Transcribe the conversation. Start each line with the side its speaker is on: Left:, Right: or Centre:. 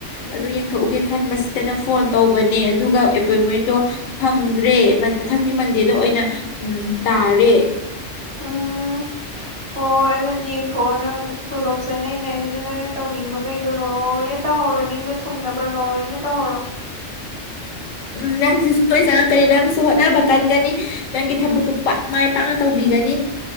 Right: ꯎꯝ
Left: ꯑꯗꯨ ꯌꯦꯡꯊꯣꯛꯎꯒꯦ ꯈꯟꯕꯁꯤꯗꯅ ꯐꯣꯟ ꯇꯧꯕꯅꯦ ꯑꯗꯨꯒ ꯑꯦꯄꯣꯏꯃꯦꯟꯗꯣ ꯐꯪꯗ꯭ꯔꯦ ꯃꯊꯪꯒꯤ ꯃꯟꯗꯦꯗ ꯑꯣꯏꯅ ꯎꯝ ꯇꯥꯔꯦ
Right: ꯎꯝ ꯍꯣꯏ ꯑꯗꯨ ꯌꯦꯡꯊꯣꯛꯑꯣ ꯅꯪ ꯇꯣꯂꯣꯞ ꯆꯪꯉꯛꯏꯉꯩꯗꯨꯗ ꯅꯪꯅ ꯇꯧꯅꯤꯡꯕ ꯒꯩꯗꯣ ꯂꯣꯏꯅ ꯇꯧꯍꯧꯔꯣ ꯅꯤꯡꯕ ꯊꯨꯡꯅꯕ ꯂꯣꯏꯅ ꯇꯧꯍꯧꯔꯣ
Left: ꯎꯝ ꯅꯪꯁꯨ ꯁꯨꯡꯁꯣꯏ ꯆꯪꯉꯛꯀꯅꯤ ꯅꯪꯁꯨ ꯍꯣꯠꯅꯕ ꯀꯟꯒꯅꯤ ꯅꯪꯒꯤ ꯊꯕꯛꯇꯨ <unintelligible> ꯃꯥꯏ ꯄꯥꯛꯅ ꯇꯧꯕꯤꯒꯅꯤ